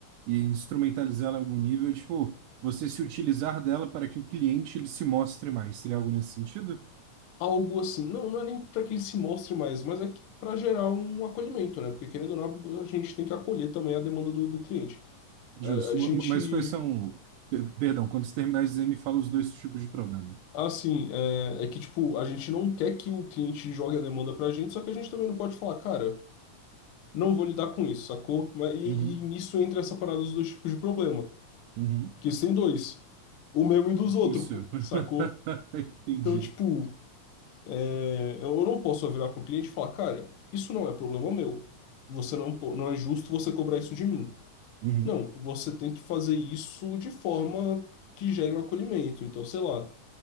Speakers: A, on the right (about 85°); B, on the left (about 85°).
A: e instrumentalizá-la em algum nível é, tipo, você se utilizar dela para que o cliente ele se mostre mais. Seria algo nesse sentido?
B: Algo assim, não, não é nem para que ele se mostre mais, mas é para gerar um acolhimento, né? Porque, querendo ou não, a gente tem que acolher também a demanda do, do cliente.
A: Justo.
B: A, a
A: Ma-
B: gente.
A: Mas quais são... per- Perdão, quando você terminar o exame, me fala os dois tipos de problema.
B: Assim, é, é que, tipo, a gente não quer que o cliente jogue a demanda pra gente, só que a gente também não pode falar, cara, não vou lidar com isso, sacou? Mas, e,
A: Uhum,
B: e nisso entra essa parada dos dois tipos de problema,
A: uhum.
B: que isso tem dois, o meu e dos outros,
A: E o seu?
B: pô,
A: <laughs>
B: sacou?
A: Entendi.
B: Então, tipo, é, eu eu não posso só virar pro cliente e falar, cara, isso não é problema meu, você não, po- não é justo você cobrar isso de mim.
A: Uhum.
B: Não, você tem que fazer isso de forma que gere um acolhimento, então, sei lá.